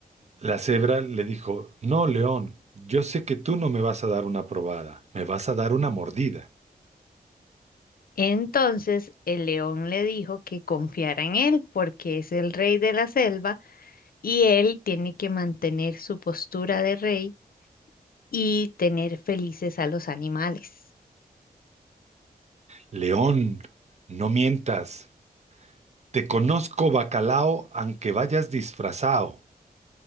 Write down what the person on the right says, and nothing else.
La cebra le dijo, No, león, yo sé que tú no me vas a dar una probada, me vas a dar una mordida.
León, no mientas, te conozco bacalao aunque vayas disfrazado.